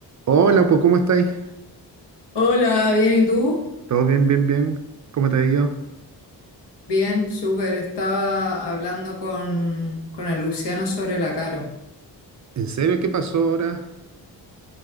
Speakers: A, on the right (about 45°); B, on the left (about 65°).
A: Hola, pues ¿cómo estáis?
B: Hola, bien, ¿y tú?
A: ¿Todo bien, bien, bien? ¿Cómo te ha ido?
B: Bien, súper. Estaba hablando con, con el Luciano sobre la Caro.
A: ¿En serio? ¿Qué pasó ahora?